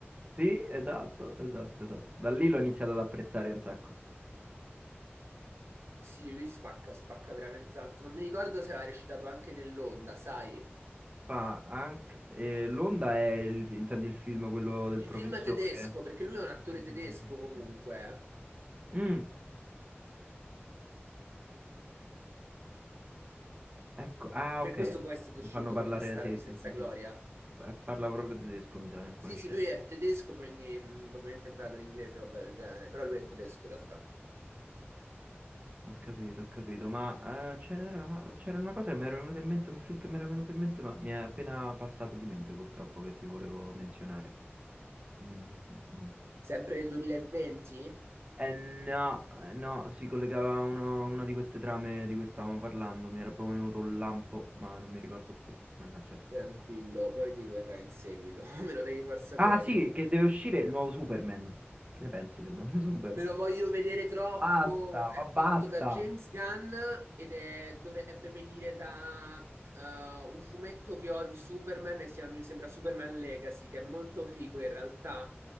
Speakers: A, on the right (about 30°); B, on the right (about 80°).
A: Sì, esatto, esatto, esatto. Da lì l'ho iniziato ad apprezzare un sacco.
B: Sì, lui spacca, spacca veramente tanto. Non mi ricordo se aveva recitato anche nell'Onda, sai?
A: Fa anche... eh, L'Onda è, il- intendi il film, quello del
B: Il
A: professore?
B: film è tedesco, perché lui è un attore
A: Sì,
B: tedesco
A: sì, sì, sì,
B: comunque.
A: sì, sì. Mm, ecco, ah,
B: Per
A: ok.
B: questo poi è stato
A: Lo
B: scelto
A: fanno parlare,
B: per Bastardi
A: sì, sì,
B: senza
A: sì,
B: gloria.
A: sì. Eh, Parla proprio tedesco, mi sa, in alcune
B: Sì,
A: scene.
B: sì, lui è tedesco, quindi mh, probabilmente ha imparato l'inglese, roba del genere, però lui è tedesco in realtà.
A: Ho capito, ho capito, ma eh, ce n'era una, c'era una cosa che mi era venuta in mente, un film che mi era venuto in mente, ma mi è appena passato di mente purtroppo che ti volevo menzionare. Mm, mm, mm.
B: Sempre nel 2020?
A: Eh, no, eh, no, si collegava a uno- una di queste trame di cui stavamo parlando, mi era proprio venuto un lampo, ma non mi ricordo più, mannaggia.
B: Tranquillo, poi ti verrà in seguito, <laughs> me lo devi far sapere
A: Ah sì,
B: nel caso.
A: che deve uscire il nuovo Superman. Che ne pensi del nuovo <laughs> Superman?
B: Me lo voglio vedere troppo.
A: Basta, ma
B: È
A: basta.
B: fatto da James Gunn ed è- dovrebbe venire da eh, un fumetto che ho di Superman e si chiama- mi sembra Superman Legacy, che è molto figo in realtà,